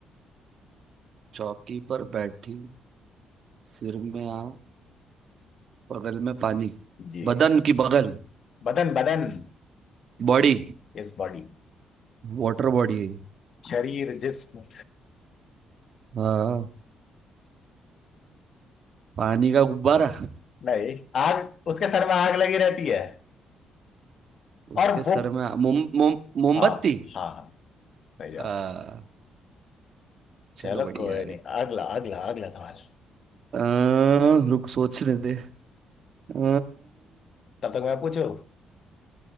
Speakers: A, on the right; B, on the left.
A: चौकी पर बैठी सिर में आ बगल में पानी
B: जी
A: बदन की बगल
B: बदन बदन <laughs>
A: बॉडी
B: इज बॉडी
A: वाटर बॉडी है
B: शरीर जिस्म
A: हाँ पानी का गुब्बारा
B: नहीं आग उसके सर में आग लगी रहती है
A: उसके
B: और
A: सर
B: वो
A: में मोम मोम मोमबत्ती
B: हाँ हाँ हाँ सही जवाब
A: आ, चलो
B: चलो
A: बढ़िया
B: कोई
A: है
B: नहीं अगला अगला अगला सवाल
A: आ, रुक सोचने दे आ,
B: तब तक मैं पूछू